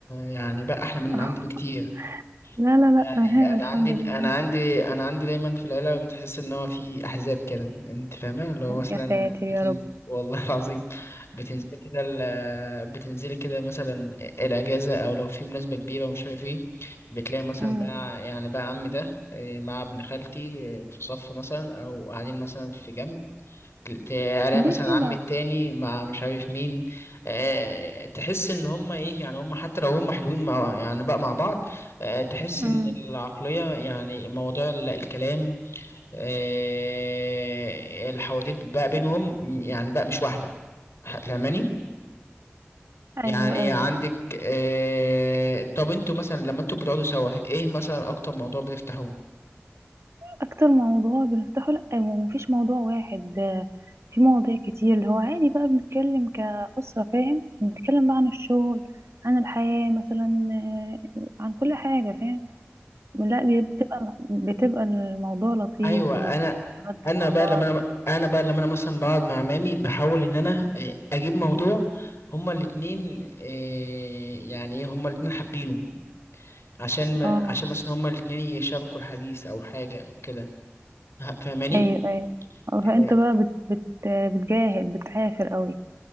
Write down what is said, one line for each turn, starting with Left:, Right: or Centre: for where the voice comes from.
Left: يعني بقى احلى من
Right: <laughs>
Left: عندي بكتير
Right: لا لا لا
Left: يعني
Right: تمام
Left: انا
Right: الحمد
Left: عندي انا
Right: لله
Left: عندي انا عندي دايما في العيله بتحس ان هو في احزاب كده انت فاهمه اللي هو مثلا
Right: يا ساتر يا
Left: بتنزل
Right: رب
Left: والله <laughs> العظيم بتنزل كده ال- بتنزلي كده مثلا الاجازه او لو في مناسبه كبيره ومش عارف ايه بتلاقي مثلا
Right: مم.
Left: بقى يعني بقى عمي ده إيه، مع ابن خالتي إيه، في صف مثلا او قاعدين مثلا في جنب ت- الاقي
Right: ليه
Left: مثلا
Right: كده
Left: عمي التاني مع مش عارف مين أه تحس ان هم ايه يعني هم حتى لو هم حلوين مع يعني بقى مع بعض أه تحس
Right: مم.
Left: ان العقلية يعني موضوع ال- الكلام أه الحواديت بقى بينهم م- يعني بقى مش واحدة ح- فاهماني
Right: ايوه
Left: يعني
Right: ايوه
Left: عندك أه طب انتوا مثلا لما انتوا بتقعدوا سوا ايه مثلا اكتر موضوع بتفتحوه
Right: اكتر موضوع بنفتحه لا ما فيش موضوع واحد آه، في مواضيع كتير اللي هو عادي بقى بنتكلم كأسرة فاهم بنتكلم بقى عن الشغل عن الحياة مثلا آه، عن كل حاجة فاهم لا بي- بتبقى بتبقى الموضوع لطيف
Left: ايوه
Right: وبنتغدى
Left: انا انا
Right: مع
Left: بقى
Right: بعض
Left: لما انا انا بقى لما انا مثلا بقعد مع عمامي بحاول ان انا آه، اجيب موضوع هما الاتنين آه، يعني ايه هما الاتنين حابينه عشان ما-
Right: اه
Left: عشان مثلا هما الاتنين يشاركوا الحديث او حاجه او كده ه- فاهماني
Right: ايوه ايوه آه،
Left: اه
Right: فانت بقى بت بت بتجاهد بتعافر قوي